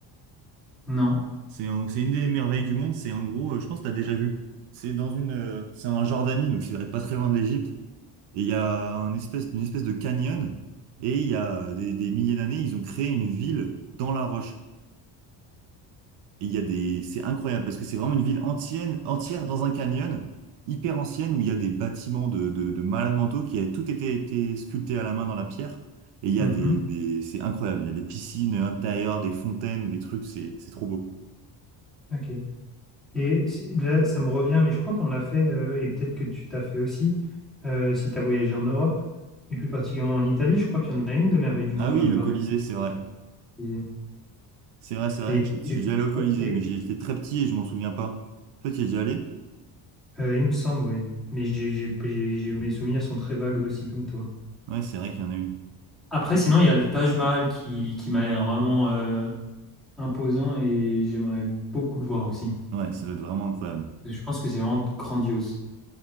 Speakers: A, in the centre; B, on the right.
A: Non.
B: C'est un- c'est une des merveilles du monde. C'est en gros, euh, je pense que tu as déjà vu. C'est dans une, euh, c'est en Jordanie, donc c'est pas très loin de l'Égypte. Et il y a un espèce, une espèce de canyon. Et il y a euh, des, des milliers d'années, ils ont créé une ville dans la roche. Et il y a des, c'est incroyable parce que c'est vraiment une ville entière, entière dans un canyon, hyper ancienne, où il y a des bâtiments de, de, de malades mentaux qui avaient tout été, été sculptés à la main dans la pierre. Et il y
A: Mhm.
B: a des, des- c'est incroyable. Il y a des piscines intérieures, des fontaines, des trucs, c'est, c'est trop beau.
A: Ok. Et si- là, ça me revient, mais je crois qu'on a fait, euh, et peut-être que tu t'as fait aussi, euh, si tu as voyagé en Europe, et plus particulièrement en Italie, je crois qu'il y en a une de merveille du monde
B: Ah oui,
A: là-bas.
B: le Colisée, c'est vrai.
A: Et,
B: C'est vrai, c'est vrai.
A: et-
B: Je, je
A: et
B: suis déjà allé
A: je
B: au
A: crois,
B: Colisée,
A: et-
B: mais j'étais très petit et je m'en souviens pas. Toi, tu y es déjà allé?
A: Euh, il me semble, oui. Mais j'ai, j'ai- j'ai- j'ai- mes souvenirs sont très vagues aussi, comme toi.
B: Ouais, c'est vrai qu'il y en a une.
A: Après,
B: Et-
A: sinon, il y a le Taj Mahal qui, qui m'a l'air vraiment euh, imposant et j'aimerais beaucoup le voir aussi.
B: Ouais, ça doit être vraiment incroyable.
A: Je pense que c'est vraiment grandiose.